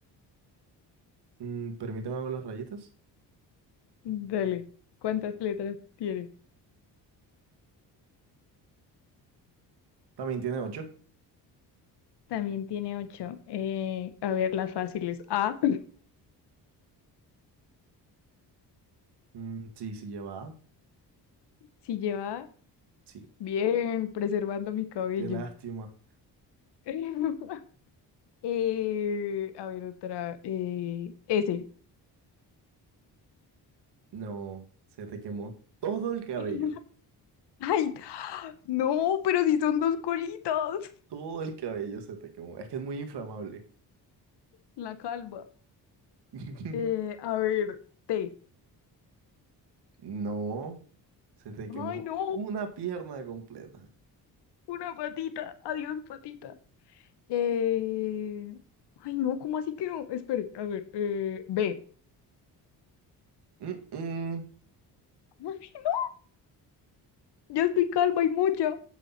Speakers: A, on the right; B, on the left.
A: Mm, permíteme hago las rayitas.
B: Dale, ¿cuántas letras tiene?
A: También tiene ocho.
B: También tiene ocho. Eh, a ver, las fáciles. A,
A: Mm, sí, sí lleva. A.
B: si lleva
A: Sí.
B: Bien, preservando mi cabello.
A: Qué lástima.
B: <laughs> Eh, a ver, otra. Eh, S.
A: No, se te quemó todo el cabello.
B: <laughs> Ay, no, pero si son dos colitas.
A: Todo el cabello se te quemó. Es que es muy inflamable.
B: La calma.
A: <laughs>
B: Eh, a ver, T.
A: No, se te quemó
B: Ay, no,
A: una pierna completa.
B: una patita. Adiós, patita. Eh, Ay, no, ¿cómo así que no? Espere, a ver, eh, B.
A: Mm-mm.
B: <laughs> Ay, no, ya estoy calma y mucha.